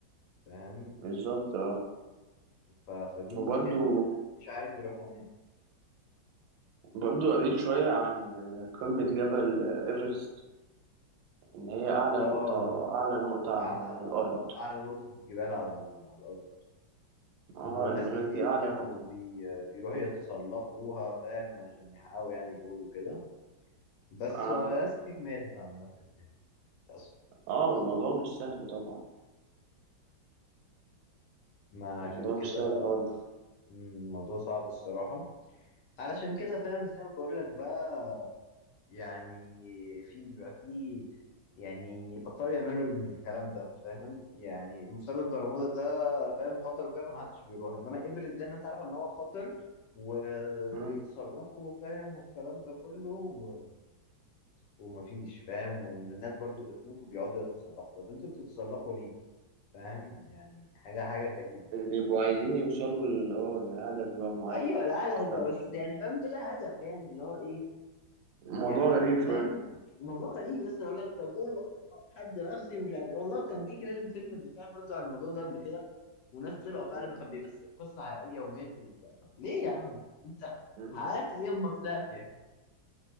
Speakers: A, on the left; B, on the right.
A: فاهم
B: بالظبط اه
A: ف... فدي المشكله
B: وبرضو
A: ان ما حدش عارف يروح هناك
B: برضو قريت شوية عن قمة جبل إيفرست إن هي أعلى
A: اه
B: نقطة أعلى نقطة
A: اعلى آه،
B: على الأرض
A: اعلى نقطه جبال على ال... على الارض
B: اه
A: وناس
B: يعني بيقول
A: كتير
B: لك دي أعلى
A: كانوا
B: نقطة
A: بي... بيروحوا يتسلقوها فاهم عشان يحققوا يعني جول وكده بس
B: اه
A: ناس كتير ماتت عامة يعني للأسف
B: اه وموضوع مش سهل طبعا
A: ما عشان
B: الموضوع
A: كده
B: مش سهل خالص
A: مم، الموضوع صعب الصراحة علشان كده فاهم زي ما بقول لك بقى يعني في بيبقى في يعني بطلوا يعملوا الكلام ده فاهم يعني مثلث برمودا ده فاهم خطر وكده فمحدش بيروح انما ايفرست ده الناس عارفة ان هو خطر وبيتصرفوا
B: مم.
A: فاهم والكلام ده كله و... ومفيش فاهم وان الناس برضو بتموت وبيقعدوا يتسلقوا طب انتوا بتتسلقوا ليه فاهم يعني حاجه حاجه غريبه
B: بيبقوا عايزين يوصلوا ل- اه لهدف بقى معين
A: ايوه لا
B: أو
A: لا
B: متفهمش
A: ده بس يعني فاهم بلا هدف يعني اللي هو ايه
B: الموضوع
A: يعني
B: غريب
A: طب انت
B: شوية
A: يعني الموضوع غريب لسه يقول لك ده جول وأقطع حد نفسي ومش عارف ايه والله كان في فيلم فيلم بيتكلم برضه عن الموضوع ده قبل كده وناس طلعوا فعلا
B: مم.
A: كان بيمثل قصه حقيقيه وماتوا وبتاع طب ليه يا عم انت
B: مم.
A: حققت ايه اما طلعت يعني؟